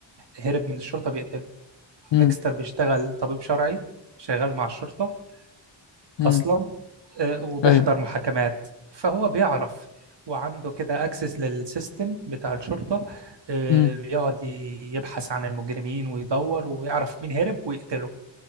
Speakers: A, on the right (about 55°); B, on the left (about 60°).
A: هرب من الشرطة بيقتله
B: امم
A: ديكستر بيشتغل طبيب شرعي شغال مع الشرطة
B: امم
A: اصلا آه، وبيحضر
B: ايوه
A: محاكمات فهو بيعرف وعنده كده اكسس للسيستم بتاع الشرطة آه،
B: امم
A: بيقعد ي- يبحث عن المجرمين ويدور ويعرف مين هرب ويقتله